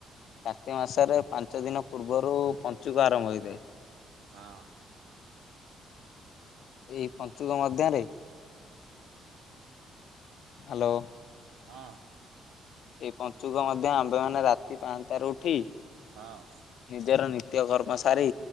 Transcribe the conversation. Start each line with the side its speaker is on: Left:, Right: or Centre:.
Left: କାର୍ତ୍ତି ମାସରେ ପାଞ୍ଚ ଦିନ ପୂର୍ବରୁ ପଞ୍ଚୁକ ଆରମ୍ଭ ହୋଇଥାଏ।
Right: ହଁ।
Left: ଏଇ ପଞ୍ଚୁକ ମଧ୍ୟରେ ହାଲୋ।
Right: ହଁ।
Left: ଏଇ ପଞ୍ଚୁକ ମଧ୍ୟ ଆମ୍ଭେ ମାନେ ରାତି ପାହାନ୍ତାରୁ ଉଠି
Right: ହଁ।
Left: ନିଜର ନିତ୍ୟ କର୍ମ ସାରି